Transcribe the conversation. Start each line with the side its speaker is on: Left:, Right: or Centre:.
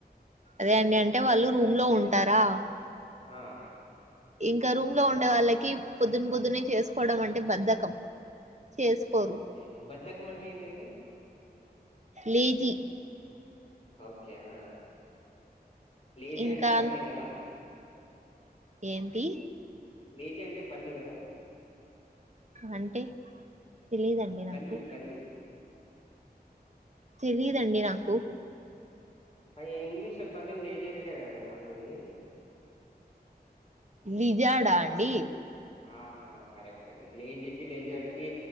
Right: అదే అండి అంటే వాళ్ళు రూమ్ లో ఉంటారా
Left: ఆ
Right: ఇంక రూమ్ లో ఉండే వాళ్ళకి పొద్దున్ పొద్దునే చేసుకోవడం అంటే బద్ధకం చేసుకోరు
Left: ఓకే బద్దకం అంట్ ఏంటండి
Right: లేది
Left: ఓకే అ లేజీ
Right: ఇంకా
Left: అంటే బల్లె గదా
Right: ఏంతి
Left: లేజి అంటే బల్లి గదా
Right: అంటే తెలిదండి
Left: బల్లి
Right: నాకు
Left: బల్లి
Right: తెలిదండి నాకు
Left: అయ్యే ఇంగ్లీష్ ల బల్లిన్ లెజెర్ కద అండి అనేది
Right: లిజాడా అండి
Left: ఆ కరెక్ట్ అండి లేజీకి లేజడ్ కి